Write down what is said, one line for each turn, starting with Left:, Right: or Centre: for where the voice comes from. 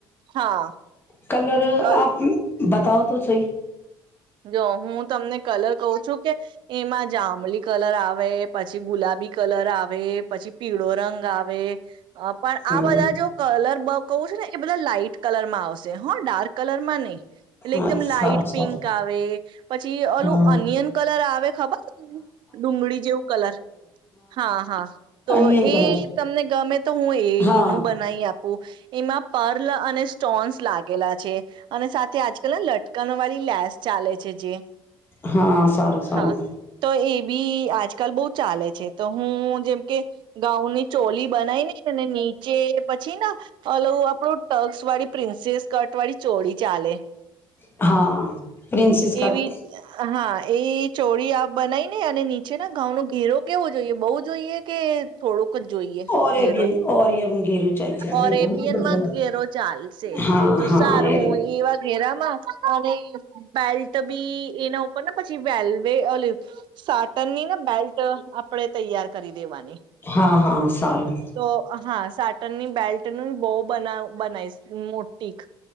Right: હા
Left: કલર
Right: કલ
Left: આપ બતાઓ તો સહી
Right: જો હું તમને કલર કહું છું કે એમાં જાંમલી કલર આવે પછી ગુલાબી કલર આવે પછી પીળો રંગ આવે. હ પણ
Left: હમ
Right: આ બધા જો કલર બ કહું છે ને એ બધા લાાઈટ કલર માં આવશે હો, ડાર્ક કલર માં નહી. એટલે
Left: હા
Right: એકદમ લાાઈટ
Left: સારું સારું
Right: પિંક ક આવે પછી ઓલું
Left: હા
Right: ઓનિયન કલર આવે હવે ખબર. ડુંગળી જેવું કલર. હા, હા. તો
Left: અનિયન
Right: એ
Left: કલર
Right: તમને ગમે તો હું એનું
Left: હા
Right: બનાવી આપું. ઉ એમાં પર્લ અને સૂ સ્ટોન્સ લાગેલા છે. અને સાથે આજકાલને લટકણો વાળી <unintelligible> ચાલે છે જે
Left: હા, સારું. સારું.
Right: હા તો એ બી આજકાલ બહુ ચાલે છે તો હું જેમ કે ગાઉનની ચોલી બનાઈને ને નીચે પછી ના ઓલું આપડું ટક્સ વાળી પ્રિન્સેસ કટ વાળી ચોળી ચાલે
Left: હા. પ્રિન્સીસ કટ
Right: એવી <unintelligible> હા એ ચોડી આપ બનાવી ને અને નીચે ના ગાઉન નો ઘેરો કેવો જોઈએ? બહુ જોઈએ કે થોડુંક ક જ જોઈએ
Left: ઓરેબિયન
Right: ઘેરો?
Left: ઓરિયમ ઘેરું ચાલજે
Right: ઓરેબિયલમાં જ ઘેરો ચાલશે
Left: હા
Right: તો
Left: હા
Right: સારું
Left: એ
Right: હું એવા ઘેરામાં અને બેલ્ટ બી એના ઉપર ને પછી વેલવે ઓલું સાટન ની ન બેલ્ટ આપણે તૈયાર કરી. લેવાની,
Left: હા હા સારું
Right: તો હા સાટ ટન ની બેલ્ટ ની બો બના-બનાઈશ મોટી ક